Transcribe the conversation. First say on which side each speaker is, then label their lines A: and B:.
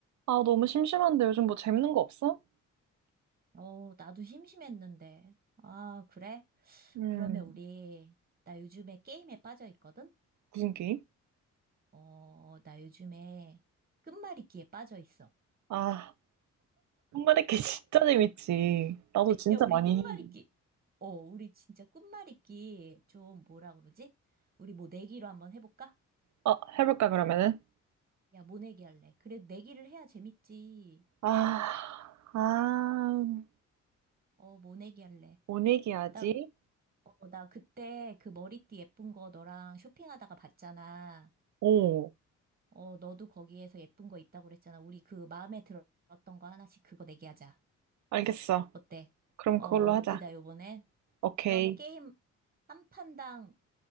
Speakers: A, on the right; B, on the right.
A: 아, 너무 심심한데 요즘 뭐 재밌는 거 없어?
B: 어, 나도 심심했는데. 아, 그래?
A: 음,
B: 그러면 우리, 나 요즘에 게임에 빠져 있거든?
A: 무슨 게임?
B: 어, 나 요즘에 끝말잇기에 빠져 있어.
A: 아, 손가리게 <laughs> 진짜 재밌지. 나도 진짜
B: 야, 우리
A: 많이
B: 끝말잇기.
A: 해.
B: 어, 우리 진짜 끝말잇기 좀 뭐라 그러지? 우리 뭐 내기로 한번 해볼까?
A: 아, 해볼까, 그러면은?
B: 야, 뭐 내기 할래? 그래, 내기를 해야 재밌지.
A: 아, 아,
B: 어, 뭐 내기 할래?
A: 뭔 얘기하지?
B: 나, 어, 나 그때 그 머리띠 예쁜 거 너랑 쇼핑하다가 봤잖아.
A: 오,
B: 어, 너도 거기에서 예쁜 거 있다고 그랬잖아. 우리 그 마음에 들었던 거 하나씩 그거 내기하자.
A: 알겠어.
B: 어때?
A: 그럼
B: 어,
A: 그걸로
B: 머리띠다,
A: 하자.
B: 요번엔.
A: 오케이.
B: 그럼 게임 한 판당